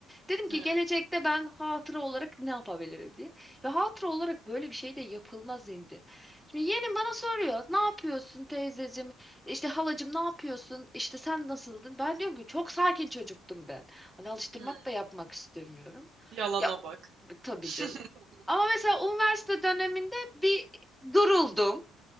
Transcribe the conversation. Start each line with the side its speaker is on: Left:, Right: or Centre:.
Centre: Dedim ki
Right: Hı,
Centre: gelecekte ben hatıra olarak ne yapabilirim diye. Ve hatıra olarak böyle bir şey de yapılmaz indi. Şimdi yeğenim bana soruyor. Ne yapıyorsun teyzecim? İşte halacım ne yapıyorsun? İşte sen nasıldın? Ben diyorum ki çok sakin çocuktum ben. Hani alıştırmak
Right: hı.
Centre: da yapmak istemiyorum.
Right: Yalana
Centre: Ya o-
Right: bak.
Centre: tabii
Right: <laughs>
Centre: canım. Ama mesela üniversite döneminde bir duruldum.